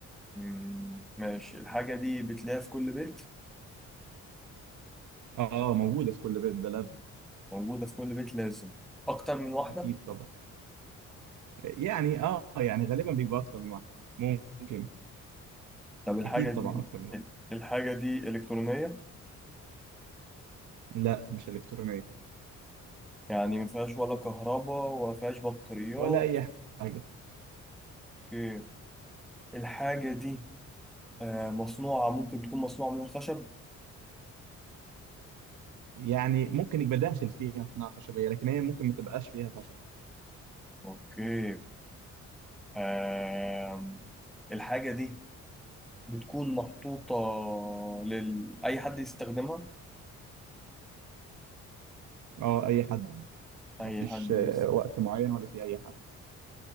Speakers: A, in the centre; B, on the right (about 75°).
A: مم، ماشي الحاجة دي بتلاقيها في كل بيت
B: اه موجودة في كل بيت ده لازم
A: موجودة في كل بيت لازم أكتر من واحدة
B: اكيد طبعا يعني اه يعني غالبا بيبقى اكتر من واحد ممكن
A: طب الحاجة
B: اكيد
A: دي
B: طبعا اكتر من واحد
A: الحاجة دي إلكترونية
B: لا مش الكترونية
A: يعني ما فيهاش ولا كهرباء ولا فيهاش بطاريات
B: ولا اي حاجه
A: أوكي الحاجة دي آه، مصنوعة ممكن تكون مصنوعة من الخشب
B: يعني ممكن يبقى داخل فيها صناعه خشبيه لكن هي ممكن ما تبقاش فيها خشب
A: أوكي آم، الحاجة دي بتكون محطوطة لل أي حد يستخدمها
B: اه اي حد
A: أي
B: مفيش
A: حد
B: آه،
A: يستخدمها
B: وقت معين ولا في اي حاجه